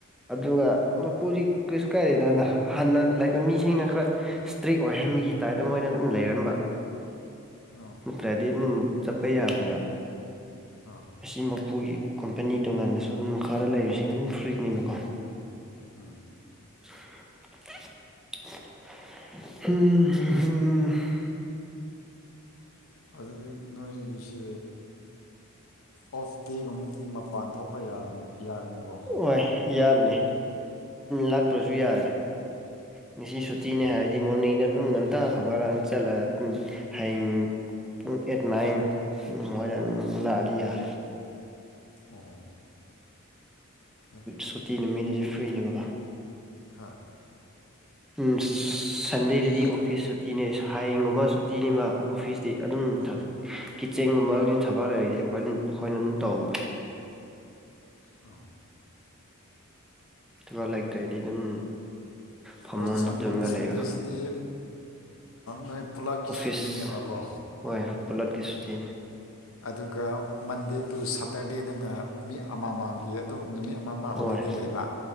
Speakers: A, in the centre; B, on the left.
A: ꯑꯗꯨꯒ ꯃꯄꯨꯔꯤ ꯀꯩꯁꯨ ꯀꯥꯏꯗꯗꯅ ꯍꯟꯅ ꯂꯩꯕ ꯃꯤꯁꯤꯡꯅ ꯈꯔ ꯏꯁꯇ꯭ꯔꯤꯛ ꯑꯣꯏꯍꯟꯕꯒꯤ ꯗꯥꯏꯗ ꯃꯣꯏꯅ ꯑꯗꯨꯝ ꯂꯩꯔꯝꯕ
B: ꯑꯥ
A: ꯈꯔꯗꯤ ꯑꯗꯨꯝ ꯆꯠꯄ ꯌꯥꯕꯅꯦꯕ
B: ꯍꯥ ꯍ
A: ꯁꯤ ꯃꯄꯨꯒꯤ ꯀꯝꯄꯅꯤ ꯇꯣꯉꯥꯟꯅꯁꯨ ꯑꯗꯨꯝ ꯃꯈꯥꯔ ꯂꯩꯔꯤꯕꯁꯤꯅ ꯑꯗꯨꯝ ꯐ꯭ꯔꯤꯅꯦꯕꯀꯣ
B: ꯑ
A: <unintelligible> ꯍꯝ ꯎꯝ
B: ꯑꯗꯨꯗꯤ ꯅꯣꯏꯒꯤꯁ ꯑꯣꯐ ꯗꯦꯒꯨꯝꯕꯗꯗꯤ ꯃꯄꯥꯟ ꯊꯣꯛꯄ ꯌꯥꯒꯅꯤꯀꯣ
A: ꯍꯣꯏ ꯌꯥꯕꯅꯤꯝ ꯂꯥꯛꯇ꯭ꯔꯁꯨ ꯌꯥꯔꯦ ꯉꯁꯤ ꯁꯨꯇꯤꯅꯤ
B: ꯑꯣ
A: ꯍꯥꯏꯔꯗꯤ ꯃꯣꯔꯅꯤꯅ ꯑꯗꯨꯝ ꯉ ꯍꯇꯥꯗꯉ ꯂꯥꯟ ꯆꯠꯂꯒ ꯍꯌꯦꯡ ꯄꯨꯡ ꯑꯦꯠ ꯅꯥꯏꯟ ꯃꯣꯔꯗꯦꯟ ꯑꯃꯨꯛ ꯂꯥꯛꯑꯗꯤ ꯌꯥꯔꯦ
B: ꯑꯣ ꯑꯦ ꯑꯗꯨꯗꯤ
A: ꯁꯨꯇꯤ ꯅꯨꯃꯤꯠꯅꯤꯗꯤ ꯐ꯭ꯔꯤꯅꯦꯕꯀꯣ
B: ꯍꯥ
A: ꯎ ꯁꯟꯗꯦꯗꯗꯤ
B: ꯑꯗꯨ
A: ꯑꯣꯐꯤꯁ ꯁꯨꯇꯤꯅꯦ ꯍꯥꯏꯌꯦꯡꯒꯨꯝꯕꯨ ꯇꯤꯅꯤꯃ ꯑꯣꯐꯤꯁꯇꯤ ꯑꯗꯨꯝ
B: ꯎꯝ
A: ꯊ ꯀꯤꯠꯆꯦꯟꯒꯨꯝꯕ ꯊꯕꯜ ꯂꯩꯒꯗꯤ ꯑꯩꯈꯣꯏꯝ ꯑꯩꯈꯣꯏꯅ ꯑꯗꯨꯝ ꯇꯧꯕ
B: ꯑ
A: ꯊꯕꯛ ꯂꯩꯇ꯭ꯔꯦꯗꯤ ꯑꯗꯨꯝ ꯐꯃꯨꯡꯗ
B: ꯑꯣꯟ
A: ꯇꯨꯝꯃꯒ
B: ꯁꯟꯗꯦꯁꯤꯗꯤ
A: ꯂꯩꯕ
B: ꯅꯣꯏ ꯄꯨꯂꯞꯀꯤ
A: ꯑꯣꯐꯤꯁ
B: ꯁꯨꯇꯤꯅꯦꯕꯀꯣ
A: ꯍꯣꯏ ꯄꯨꯂꯠꯀꯤ ꯁꯨꯇꯤꯅꯤ
B: ꯑꯗꯨꯒ ꯃꯟꯗꯦ ꯇꯨ ꯁꯇꯔꯗꯦꯗꯅ ꯃꯤ ꯑꯃꯃꯝꯒꯤ ꯑꯗꯨꯝ ꯅꯨꯃꯤꯠ ꯑꯃꯃ
A: ꯍꯣꯏ
B: ꯍꯣꯂꯤꯗꯦ ꯂꯩꯕ